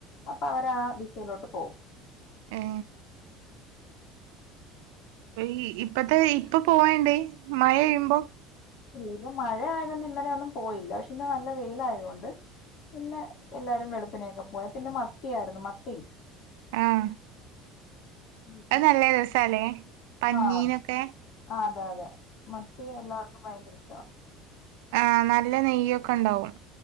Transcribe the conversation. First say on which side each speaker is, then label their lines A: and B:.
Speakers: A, on the left (about 40°); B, on the right (about 80°).
A: അപ്പൊ അവർ ആ ദിശയിലോട്ട് പോവും
B: ഏ ഈ ഇപ്പത്തെ ഇപ്പൊ പോവണ്ടേ മഴ പെയ്യുമ്പോൾ
A: ഇല്ല ഇപ്പൊ മഴ ആയതൊണ്ട് ഇന്നലെ ഒന്നും പോയില്ല പക്ഷെ ഇന്ന നല്ല വെയില ആയോണ്ട് പിന്നെ എല്ലാരും വെളുപ്പിനേക്കെ പോയി പിന്നെ മത്തിയായിരുന്നു മത്തി
B: ആഹ്
A: കിട്ടി
B: അത് നല്ല രസാലേ പന്നീനൊക്കെ
A: ആഹ് ആഹ് അതെ അതെ മത്തി എല്ലാവർക്കും ഭയങ്കര ഇഷ്ടാ
B: ആഹ് നല്ല നെയ്യൊക്കെ ഉണ്ടാവും